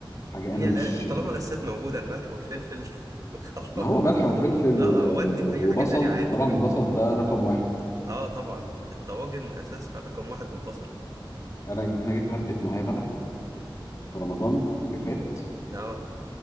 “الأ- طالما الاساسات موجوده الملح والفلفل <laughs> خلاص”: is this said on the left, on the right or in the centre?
Right